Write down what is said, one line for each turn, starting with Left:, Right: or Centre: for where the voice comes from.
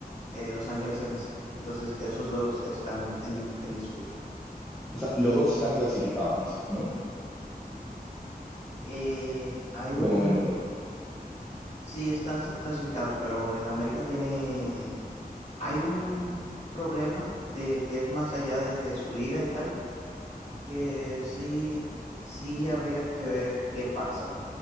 Left: eh, Los Ángeles FC. Entonces, esos dos están en, dip- en disputa.
Centre: O sea, los dos están clasificados, dices, ¿no?
Left: Eh, hay un...
Centre: De momento,
Left: Sí, están se- clasificados, pero el América tiene... Hay un problema de que es más allá de, de su liga y tal, que sí, sí habría que ver qué pasa,